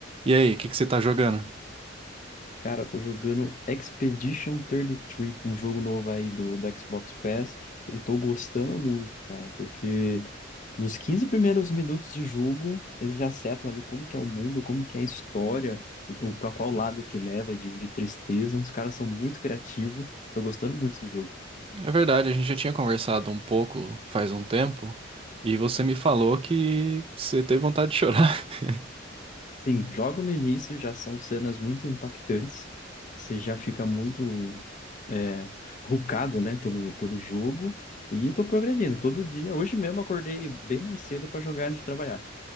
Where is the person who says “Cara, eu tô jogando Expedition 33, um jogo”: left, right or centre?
Left